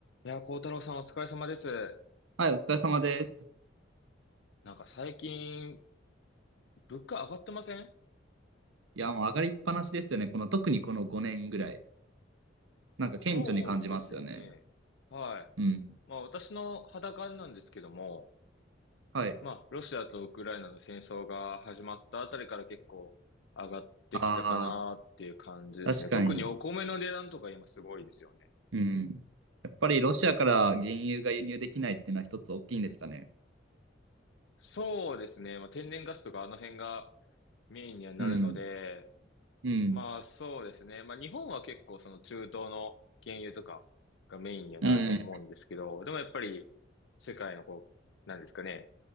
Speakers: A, on the left; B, on the right.
A: いやー、幸太郎さんお疲れ様です。
B: はい、お疲れ様です。
A: なんか最近、物価上がってません
B: いや、もう上がりっぱなしですよね。この、特にこの5年ぐらい。なんか顕著に感じますよね。
A: そうですよね。はい。
B: うん。
A: まあ私の肌感なんですけども、
B: はい。
A: まあロシアとウクライナの戦争が始まったあたりから結構上がってきたかなっていう感じですね。
B: ああ、確かに。
A: 特にお米の値段とか今すごいですよね。
B: うん。やっぱりロシアから原油が輸入できないっていうのは一つ大きいんですかね。
A: そうですね。まあ天然ガスとかあの辺がメインにはなるので、
B: うん。うん。
A: まあそうですね。まあ日本は結構その中東の原油とかがメインにはなると思うんですけど、
B: うん。
A: でもやっぱり世界のこう、なんですかね、